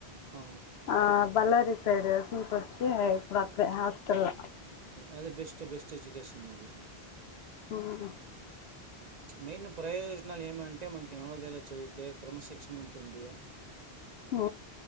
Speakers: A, on the right; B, on the left.
A: ఆ,
B: ఆ బళ్ళారి సైడే సిటు అచ్చి బక్కే హాస్టలో
A: అదే బెస్ట్ బెస్ట్ ఎజ్యుకేషన్ అది
B: ఉ హు
A: మెయిన్ ప్రయోజనాలు ఏమంటే మనకి నవోదయలో చదివితే క్రమశిక్షణ ఉంటుంది
B: హ